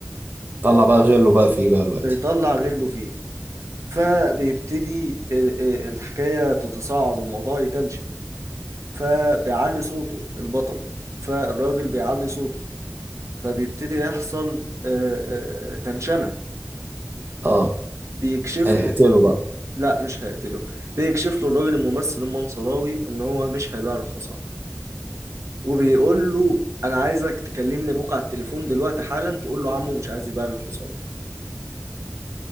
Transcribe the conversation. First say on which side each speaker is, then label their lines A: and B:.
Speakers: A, on the right; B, on the right.
A: طلع بقى غيره بقى فيه بقى دلوقتي
B: فيطلع غله فيه فبيبتدي ال- ال- الحكاية تتصاعد والموضوع يتنشن فبيعلي صوته البطل فالراجل بيعلي صوته فبيبتدي يحصل آه، آه، تنشنة
A: اه
B: فبيكشف
A: هيقتله
B: له
A: بقى
B: لا مش هيقتله بيكشف له الراجل الممثل المنصراوي ان هو مش هيبيع له حصان وبيقول له انا عايزك تكلمني ابوك على التليفون دلوقتي حالا تقول له عمو مش عايز يبيع لي الحصان